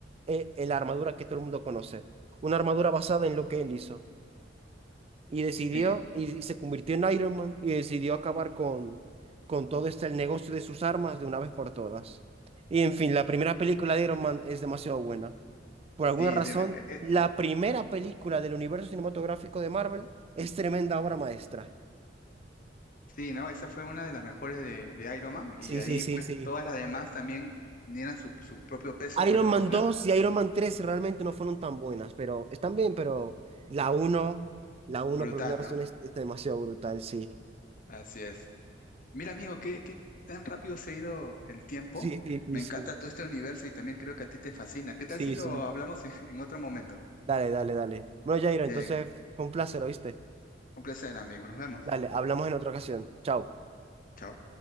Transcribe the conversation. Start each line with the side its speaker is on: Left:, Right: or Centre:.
Right: eh, eh, la armadura que todo el mundo conoce. Una armadura basada en lo que él hizo. Y decidió,
Left: sí,
Right: y, y se convirtió en Iron Man y decidió acabar con, con todo este el negocio de sus armas de una vez por todas. Y en fin, la primera película de Iron Man es demasiado buena. Por
Left: sí,
Right: alguna razón,
Left: es de- eh, eh,
Right: la primera película del universo cinematográfico de Marvel es tremenda obra maestra.
Left: sí, ¿no? Esa fue una de las mejores de, de Iron Man. Y
Right: Sí,
Left: de ahí,
Right: sí, sí,
Left: pues,
Right: sí.
Left: todas las demás también tenían su, su propio peso,
Right: Iron
Left: pero
Right: Man
Left: la,
Right: dos y Iron Man tres realmente no fueron tan buenas, pero están bien, pero la uno, la uno
Left: brutal,
Right: por alguna razón
Left: ¿no?
Right: es, está demasiado brutal, sí.
Left: Así es. Mira, amigo, qué, qué tan rápido se ha ido el tiempo.
Right: Sí, sí, sí,
Left: Me encanta
Right: sí.
Left: todo este universo y también creo que a ti te fascina. ¿Qué
Right: Sí,
Left: tal si lo
Right: sí.
Left: hablamos <laughs> en, en otro momento?
Right: Dale, dale, dale. Bueno, Jairo,
Left: Bien,
Right: entonces fue un placer, ¿oíste?
Left: un placer, amigo. Nos vemos.
Right: Dale, hablamos en otra ocasión. Chao.
Left: Chao.